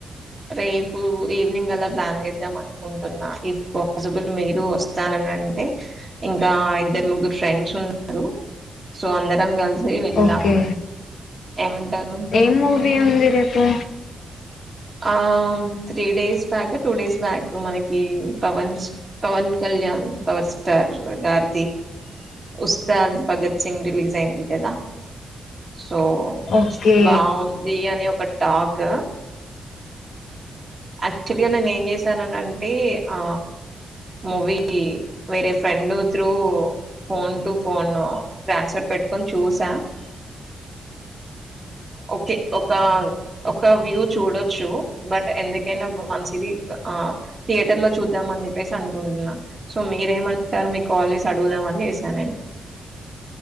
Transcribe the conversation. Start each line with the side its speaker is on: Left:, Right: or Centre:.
Right: రేపు ఈవినింగ్ అలా ప్లాన్ చేద్దాం అనుకుంటున్నా ఇఫ్ పాసిబుల్ మీరు వస్తారనండి ఇంకా ఇద్దరు ముగ్గురు ఫ్రెండ్స్ ఉన్నారు సో అందరం కలిసి వెళ్దామా
Left: ఓకే
Right: ఏమంటారు
Left: ఏం మూవీ ఉంది రేపు
Right: ఆ three days back two days back మనకి పవన్ పవన్ కళ్యా కళ్యాణ్ పవర్ స్టార్ గార్ వస్తాదు భగత్ సింగ్ రిలీజ్ అయింది కదా సో
Left: ఓకే
Right: బాగుంది అని ఒక టాక్ యాక్చువల్గా నేను ఏం చేశాననంటే ఆ మూవిీ వేరే friend through phone to phone transfer పెట్టుకొని చూసా ఓకే ఒక ఒక వ్యూ చూడొచ్చు బట్ ఎందుకు ఎ మంచిది ఆ థియేటర్ లో చూద్దాం అని చెప్పేసి అనుకుంటున్నా సో మీరేమంటారు మీకు కాల్ చేసే అడుగుదాంని చేసాను నేను